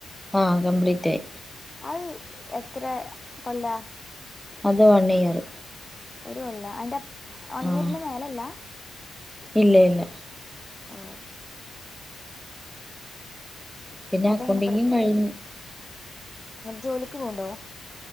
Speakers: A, in the centre; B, on the left.
A: ആഹ് കംപ്ലീറ്റായി
B: അത് എത്ര കൊല്ല
A: അത് വൺ ഇയറ്
B: ഒരു കൊല്ല അതിൻ്റെ വൺ
A: ആഹ്
B: ഇയറിൻ്റെ മേല ഇല്ല
A: ഇല്ല ഇല്ല
B: ഓ
A: പിന്നെ
B: അതെങ്ങനെ
A: അക്കൗണ്ടിങ്ങും
B: പഠി
A: കഴിഞ്ഞ്
B: ജോലിക്ക് പോക് ണ്ടോ